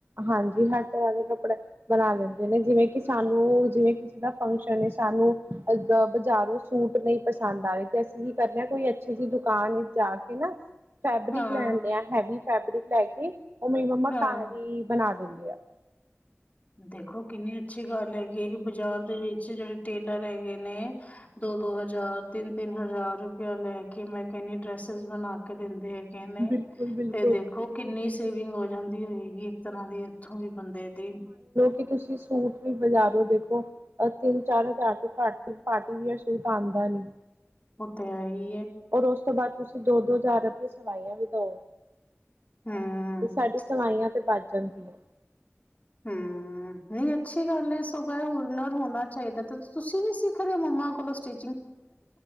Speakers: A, on the right; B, on the left.
A: ਹਾਂਜੀ ਹਰ ਤਰ੍ਹਾਂ ਦੇ ਕੱਪੜੇ ਬਣਾ ਲੈਂਦੇ ਨੇ ਜਿਵੇਂ ਕਿ ਸਾਨੂੰ ਜਿਵੇਂ ਕਿਸੇ ਦਾ ਫੰਕਸ਼ਨ ਏ ਸਾਨੂੰ ਅ ਬਜ਼ਾਰੋਂ ਸੂਟ ਨਹੀਂ ਪਸੰਦ ਆਵੇ ਤੇ ਅਸੀਂ ਕੀ ਕਰਨੇ ਹ ਕੋਈ ਅੱਛੀ ਜਿਹੀ ਦੁਕਾਨ ਜਾ ਕੇ ਨਾ ਫੈਬਰਿਕ
B: ਹਾਂ
A: ਲੈਨਡੇ ਆ ਹੈਵੀ ਫੈਬਰਿਕ ਲੈ ਕੇ ਓ ਮੇਰੀ ਮੰਮਾ
B: ਹਾਂ
A: ਘਰ ਹੀ ਬਣਾ ਦਿੰਦੇ ਆ।
B: ਦੇਖੋ ਕਿੰਨੀ ਅੱਛੀ ਗੱਲ ਹੈਗੀ <unintelligible> ਬਾਜ਼ਾਰ ਦੇ ਵਿੱਚ ਜੇੜ੍ਹੇ ਟੇਲਰ ਹੈਗੇ ਨੇ ਦੋ ਦੋ-ਦੋ ਹਜ਼ਾਰ ਤਿੰਨ -ਤਿੰਨ ਹਜ਼ਾਰ ਰੁਪਇਆ ਲੈ ਕੇ ਮੈਂ ਕੈਨੀ ਡਰੈਸਸ ਬਣਾ ਕੇ ਦਿੰਦੇ ਹੈ <unintelligible>
A: ਬਿਲਕੁਲ-ਬਿਲਕੁਲ
B: ਤੇ ਦੇਖੋ ਕਿੰਨੀ ਸੇਵਿੰਗ ਹੋ ਜਾਂਦੀ ਹੋਈ ਗੀ ਵੀ ਇੱਕ ਤਰ੍ਹਾਂ ਦੀ ਇੱਥੋਂ ਵੀ ਬੰਦੇ ਦੀ
A: ਕੀ ਤੁਸੀਂ ਸੂਟ ਵੀ ਬਾਜ਼ਾਰੋ ਦੇਖੋ ਅ ਤਿੰਨ ਚਾਰ ਹਜ਼ਾਰ ਤੋਂ ਘੱਟ ਤੇ ਪਾਰਟੀਵੇਅਰ ਸੂਟ ਆਂਦਾ ਨੀ
B: ਓ ਤੇ ਹੈ ਈ
A: ਔਰ ਓਸ ਤੋਂ ਬਾਦ ਤੁਸੀਂ ਦੋ-ਦੋ ਹਜਾਰ ਅਪਨੀ ਸਵਾਈਆਂ ਵੀ ਦੋ
B: ਹੂੰ,
A: ਤੇ ਸਾਡੀ ਸਵਾਈਆਂ ਤੇ ਬਚ ਜਾਂਦੀਆਂ।
B: ਹੂੰ ਹੂੰ ਨਈ ਅੱਛੀ ਗੱਲ ਐ ਸਗੋਂ ਏ ਹੁਨਰ ਹੋਨਾ ਚਾਈਦਾ ਤੇ ਤੁਸੀਂ ਵੀ ਸਿੱਖ ਰੇ ਓ ਮੰਮਾ ਕੋਲੋਂ ਸਟਿ